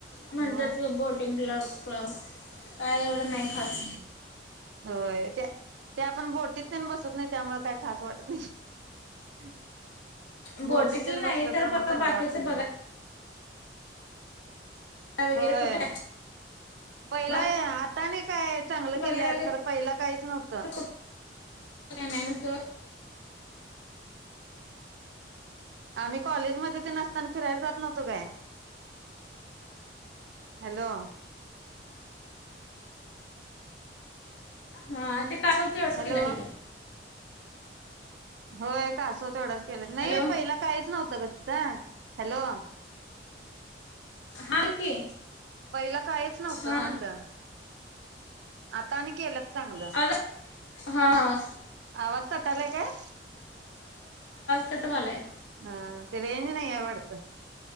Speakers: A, on the left; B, on the right.
A: म्हणत्यात
B: मग
A: ते बोटिंग. क्लब क्लब काय एवढं नाही खास
B: होय ते ते आपण बोटीत बसत नाही त्यामुळ काय खास वाटत नाही.
A: बोटीतलं
B: बोटीतून
A: नाही
B: बसलं तर मग
A: ब
B: चांगलं
A: बाकीचं
B: वाटतय जरा.
A: बघा वगैरे
B: होय
A: कुठं
B: पहिला
A: बाग
B: हातांनी. चांगलं
A: बघायला
B: केल्यात.
A: वगैरे
B: तर पहिला काहीच नव्हतं.
A: कुठं काय नाय नुसतं.
B: आम्ही कॉलेज मध्ये ते नसताना फिरायला जात नव्हतो काय हॅलो
A: हा ते शेवट
B: हॅलो
A: केला की तो.
B: होय कासव केलं नाही
A: हॅलो
B: पहिल काहीच नव्हतं ग तिथं हॅलो
A: हाय की.
B: पहिला कायच नव्हतं
A: हा
B: म्हंडल आता अनी केल्यात चांगल
A: आवाज हा हा
B: आवाज तटालाय काय?
A: कटवालाय
B: ह ते रेंज नाही आहे वाटत.